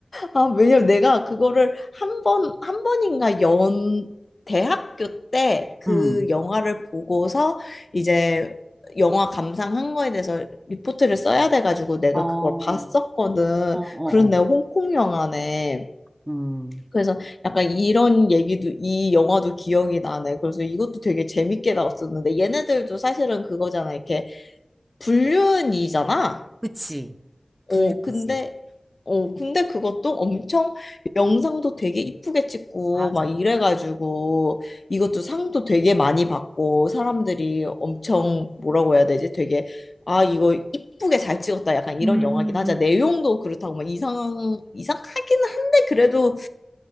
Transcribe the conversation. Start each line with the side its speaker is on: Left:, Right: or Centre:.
Left: 아, 왜냐면 내가 그거를 한 번, 한 번인가 연, 대학교 때 그
Right: 음.
Left: 영화를 보고서 이제 영화 감상한 거에 대해서 리포트를 써야 돼가지고 내가
Right: 어, 어,
Left: 그걸 봤었거든.
Right: 어,
Left: 그런 내가
Right: 어.
Left: 홍콩 영화네.
Right: 음.
Left: 그래서 약간 이런 얘기도, 이 영화도 기억이 나네. 그래서 이것도 되게 재밌게 나왔었는데 얘네들도 사실은 그거잖아. 이렇게 불륜이잖아.
Right: 그치. 불리지.
Left: 어, 근데, 어, 근데 그것도 엄청 영상도 되게 이쁘게 찍고
Right: 맞아.
Left: 막 이래가지고 이것도 상도 되게 많이 받고 사람들이 엄청 뭐라고 해야 되지? 되게 아, 이거 이쁘게 잘 찍었다. 약간
Right: 음,
Left: 이런 영화긴
Right: 음,
Left: 하자.
Right: 음.
Left: 내용도
Right: 음.
Left: 그렇다고 막 이상, 이상하긴 한데 그래도